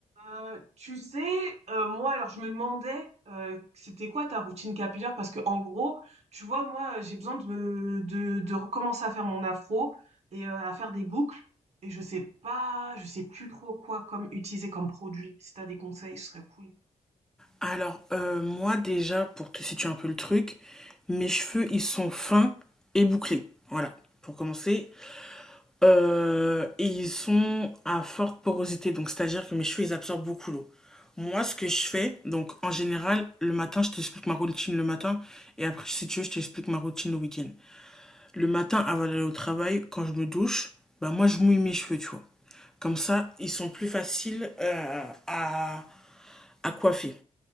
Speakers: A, on the right (about 55°); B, in the centre.
A: Euh, tu sais, euh, moi, alors je me demandais, euh, c'était quoi ta routine capillaire? Parce que en gros, tu vois, moi, euh, j'ai besoin de, me- de, de recommencer à faire mon afro et euh, à faire des boucles. Et je sais pas, je sais plus trop quoi comme utiliser comme produit. Si t'as des conseils, ce serait cool.
B: Alors, euh, moi, déjà, pour te situer un peu le truc, mes cheveux, ils sont fins et bouclés. Voilà, pour commencer. Euh, et ils sont à forte porosité, donc c'est-à-dire que mes cheveux, ils absorbent beaucoup l'eau. Moi, ce que je fais, donc en général, le matin, je t'explique ma routine le matin, et après, si tu veux, je t'explique ma routine le week-end. Le matin, avant d'aller au travail, quand je me douche, bah moi, je mouille mes cheveux, tu vois. Comme ça, ils sont plus faciles euh, à, à coiffer.